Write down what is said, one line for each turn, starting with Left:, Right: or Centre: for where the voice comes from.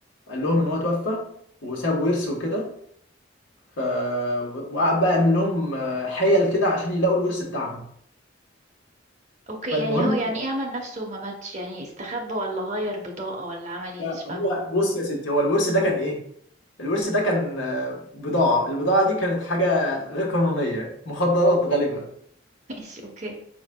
Left: قال لهم ان هو توفى وساب ورث وكده ف وقعد بقى يعمل لهم آه، حيل كده عشان يلاقوا الورث بتاعهم
Right: اوكي
Left: فالمهم
Right: يعني هو يعني ايه عمل نفسه ما ماتش يعني استخبى ولا غير بطاقة ولا عمل ايه
Left: هو
Right: مش فاهمه
Left: بص يا ستي هو الورث ده كان ايه الورث ده كان آه، بضاعة البضاعة دي كانت حاجة غير قانونية مخدرات غالبا
Right: <laughs> ماشي اوكي